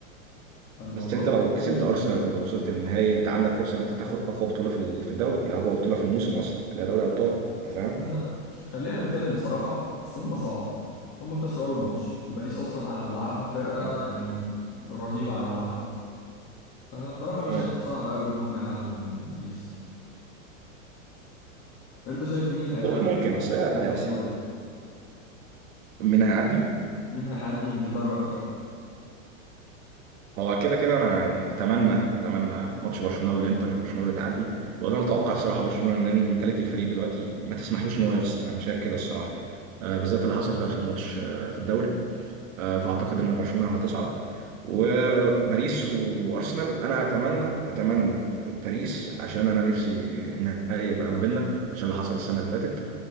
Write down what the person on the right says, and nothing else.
بس انت لو
كسبت
ارسنال
ووصلت للنهائي انت عندك فرصه ان انت تاخد اقوى بطوله في ال- في الدوري اقوى بطوله في الموسم اصلا اللي هي دوري ابطال انت فاهم؟
اه
اه
والله ممكن اصل هي هي
اصلا
مين هيعدي؟
هو كده كده انا يعني اتمنى اتمنى ماتش برشلونه والانتر برشلونه اللي تعدي وانا اتوقع الصراحه برشلونه ان منتاليتي الفريق دلوقتي ما تسمحلوش ان هو يخسر انا شايف كده الصراحه آه، بالذات اللي حصل في اخر ماتش آه، في الدوري آه، فاعتقد ان برشلونه هتصعد وباريس وارسنال انا اتمنى اتمنى باريس عشان انا نفسي النهائي يبقى ما بيننا عشان اللي حصل السنه اللي فاتت